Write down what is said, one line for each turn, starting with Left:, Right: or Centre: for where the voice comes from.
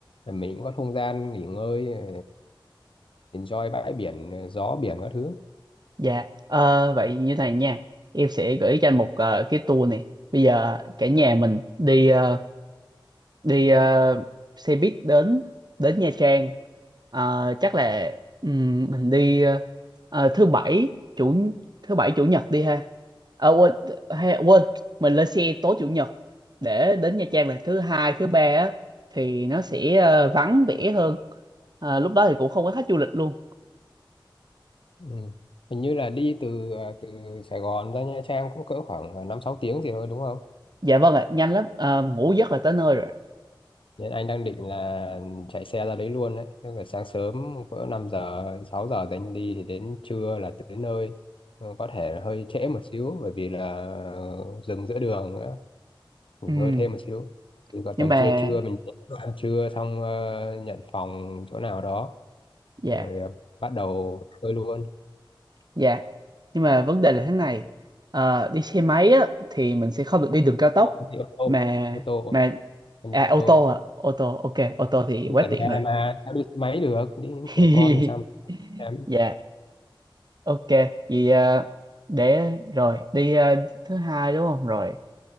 Left: Rồi mình cũng có không gian nghỉ ngơi ờ, enjoy bãi biển ờ, gió biển các thứ
Right: Dạ, Ờ, vậy như này nha. Em sẽ gửi cho anh một ờ, cái tour này. Bây giờ cả nhà mình đi ờ, đi ờ, xe buýt đến đến Nha Trang Ờ, chắc là ừm, mình đi ờ, ờ, thứ bảy chủ thứ bảy chủ nhật đi ha Ờ, quên hay, quên mình lên xe tối chủ nhật để đến Nha Trang là thứ hai thứ ba á thì nó sẽ ờ, vắng vẻ hơn Ờ, lúc đó thì cũng không có khách du lịch luôn
Left: ừ. hình như là đi từ ờ, từ Sài Gòn ra Nha Trang cũng cỡ khoảng ờ, năm sáu tiếng gì thôi đúng không
Right: dạ vâng ạ nhanh lắm Ờ, ngủ giấc là tới nơi rồi
Left: Nên anh đang định là chạy xe ra đấy luôn đấy. Tức là sáng sớm cỡ năm giờ, sáu giờ thì anh đi thì đến trưa là tới nơi. Ừ, Có thể hơi trễ một xíu bởi vì là ờ, dừng giữa đường nữa, nghỉ
Right: Ừm,
Left: ngơi thêm một xíu. Thì vào tầm
Right: nhưng mà
Left: trưa trưa mình ăn trưa xong ờ, nhận phòng chỗ nào đó
Right: dạ
Left: rồi ờ, bắt đầu chơi luôn.
Right: dạ nhưng mà vấn đề là thế này Ờ, đi xe máy á thì mình sẽ không được đi đường cao tốc
Left: Không, không đi ô tô,
Right: mà
Left: ô tô,
Right: mà
Left: không
Right: à,
Left: đi ô
Right: ô
Left: tô.
Right: tô à ô tô ok ô tô thì
Left: Chứ
Right: quá
Left: ở
Right: tiện
Left: nhà
Right: rồi
Left: mà sao đi xe máy được, đi những
Right: <laughs>
Left: trẻ con làm sao mà
Right: dạ ok vì ờ, để rồi đi ờ, thứ hai đúng không rồi